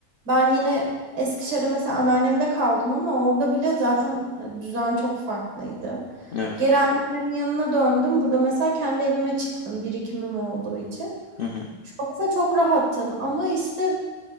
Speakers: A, on the right (about 80°); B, on the left (about 75°).
A: Ben yine Eskişehir'de mesela anneannemde kaldım ama orada bile zaten e, düzen çok farklıydı.
B: Evet.
A: Geri annemlerin yanına döndüm. Burada mesela kendi evime çıktım birikimim olduğu için.
B: Hı hı.
A: Şu an mesela çok rahattım ama işte